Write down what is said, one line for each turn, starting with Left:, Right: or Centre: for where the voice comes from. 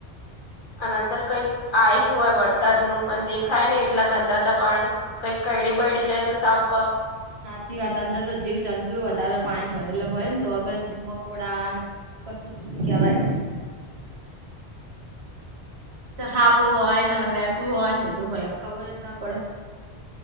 Left: અને અંદર કઈક આ ગયું હોય વરસાદ ન અને દેખાય નહી એટલા ગંદાતા પાણી કઈ કડીે બઢડી જાય તો સાપ બાપ.
Right: સાચી વાત અંદર તો જીવ જંતુ વધારે પાણી ભરેલ હોય ને તો અમે મકોડા પછી બિલકુ કેવાયમ હાપ હોય ને વેસું હોય ને બધું હોય ખબર જ ના પડે.